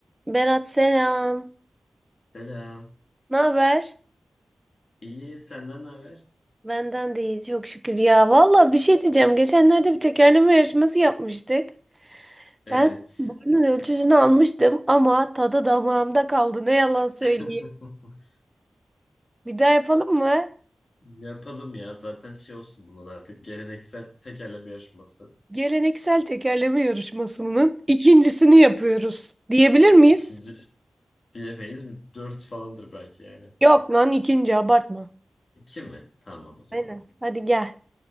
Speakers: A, on the right; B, on the left.
A: Berat selam.
B: Selam.
A: Ne haber?
B: İyi, senden ne haber?
A: Benden de iyi çok şükür ya. Valla bir şey diyeceğim. Geçenlerde bir tekerleme yarışması yapmıştık.
B: Evet.
A: Ben senin boyunun ölçüsünü almıştım ama tadı damağımda kaldı. Ne yalan söyleyeyim.
B: <laughs>
A: Bir daha yapalım mı?
B: Yapalım ya. Zaten şey olsun bunlar artık geleneksel tekerleme yarışması.
A: Geleneksel tekerleme yarışmasının ikincisini yapıyoruz. Diyebilir miyiz?
B: İkinci diyemeyiz. Bir dört falandır belki yani.
A: Yok lan ikinci abartma.
B: İki mi? Tamam o zaman.
A: Aynen. Hadi gel.